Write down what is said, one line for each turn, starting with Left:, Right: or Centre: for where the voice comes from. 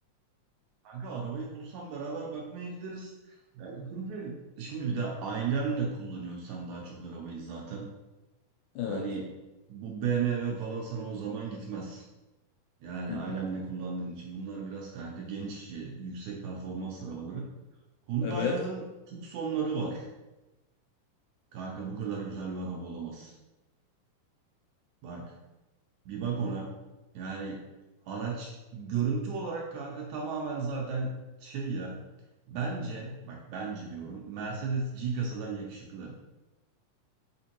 Right: Kanka arabayı bulsam beraber bakmaya gideriz. Ya ikinci el- Şimdi bir de ailenle kullanıyorsun sen daha çok arabayı zaten.
Left: Evet.
Right: Hani bu BMW falan sana o zaman gitmez. Yani
Left: Git-
Right: ailenle kullandığın için bunlar biraz kanka genç işi, yüksek performans arabaları. Hyundai'ların
Left: Evet.
Right: Tucson'ları var. Kanka bu kadar güzel bir araba olamaz. Bak. Bir bak ona. Yani araç görüntü olarak kanka tamamen zaten şey ya. Bence bak bence diyorum Mercedes G kasadan yakışıklı.